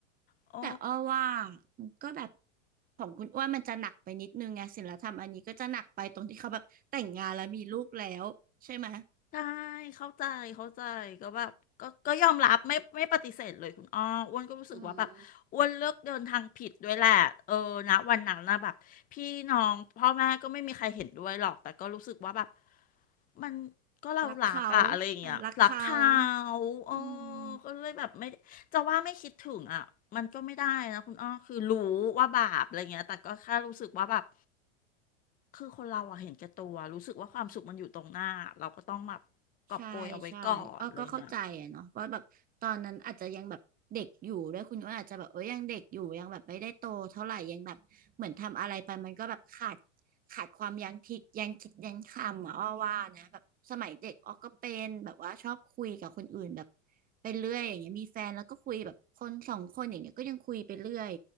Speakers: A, on the left; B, on the right.
A: โอ้
B: แต่อ้อว่ามันก็แบบ ของคุณอ้วนมันจะหนักไปนิดนึงไงศิลธรรมอันนี้ก็จะหนักไปตรงที่เขาแบบแต่งงานแล้วมีลูกแล้วใช่ไหมย
A: ใช่เข้าใจเข้าใจก็แบบก็ก็ยอมรับไม่ไม่ปฏิเสธเลยคุณอ้ออ้วนก็รู้สึกว่าแบบอ้วนเลือกเดินทางผิดด้วยแหละเออนะวันนั้นนะแบบพี่น้องพ่อแม่ก็ไม่มีใครเห็นด้วยหรอกแต่ก็รู้สึกว่าแบบ
B: อืม
A: มันก็เรารักอะอะไรอย่างเงี้ยรักเขา
B: รักเขาอ่ะรักเขา
A: เออ
B: อืม
A: ก็เลยแบบไม่ จะว่าไม่คิดถึงอ่ะมันก็ไม่ได้นะคุณอ้อคือรู้ว่าบาปอะไรเงี้ยแต่ก็แค่รู้สึกว่าแบบคือคนเราอะเห็นแก่ตัวรู้สึกว่าความสุขมันอยู่ตรงหน้าเราก็ต้องแบบกอบโกยเอาไว้ก่อนอะไรเงี้ย
B: ใช่ใช่อ้อก็เข้าใจอะเนาะว่าแบบตอนนั้นอาจจะยังแบบเด็กอยู่ด้วยคุณว่าอาจจะแบบเอ้ยยังเด็กอยู่ยังแบบไม่ได้โตเท่าไหร่ยังแบบเหมือนทำอะไรไปมันก็แบบขาดขาดความยั้งคิดยังคิดยั้งคำอะอ้อว่านะแบบสมัยเด็กอ้อก็เป็นแบบว่าชอบคุยกับคนอื่นแบบไปเรื่อยอย่างเงี้ยมีแฟนแล้วก็คุยแบบคนสองคนอย่างเงี้ยก็ยังคุยไปเรื่อย